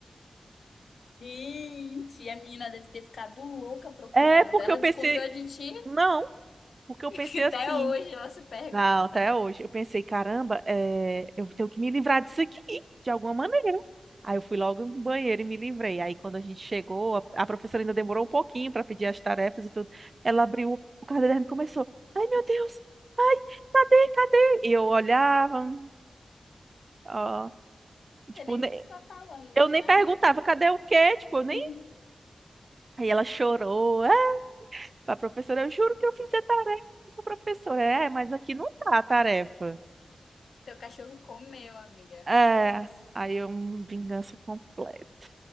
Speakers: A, on the left (about 85°); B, on the right (about 50°).
A: Gente, a menina deve ter ficado louca procurando.
B: É porque
A: Ela
B: eu pensei,
A: desconfiou de ti,
B: não, porque
A: <laughs>
B: eu pensei
A: que até
B: assim,
A: hoje ela se pergunta.
B: Não, até
A: Não
B: hoje. Eu pensei, caramba, é, eu tenho que me livrar disso aqui, de alguma maneira. Aí eu fui logo no banheiro e me livrei. Aí quando a gente chegou, a, a professora ainda demorou um pouquinho para pedir as tarefas e tudo. Ela abriu o caderno e começou. Ai, meu Deus! Ai, cadê, cadê? E eu olhava, ó, tipo,
A: sei nem
B: ne-
A: o que tu tá falando, menina.
B: eu nem perguntava, cadê o quê? Tipo, eu nem.
A: Uhum.
B: Aí ela chorou. Ah, pra professora, eu juro que eu fiz a tarefa, professora. É, mas aqui não tá a tarefa.
A: Teu cachorro comeu, amiga.
B: É,
A: É isso.
B: aí é uma vingança completa.